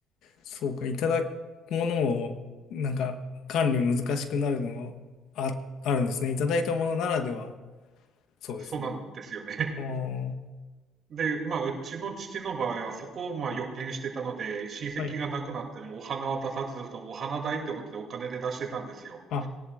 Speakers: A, on the left; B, on the right.
A: そうか、いただくものを、なんか、管理難しくなるのもあ、あるんですね。いただいたものならでは、そうですね。
B: そうなんですよね。
A: あー
B: で、まあ、うちの父の場合はそこをまあ予見してたので、親戚が亡くなってもお花は出さず、
A: はい。
B: そのお花代ってことでお金で出してたんですよ。
A: あ、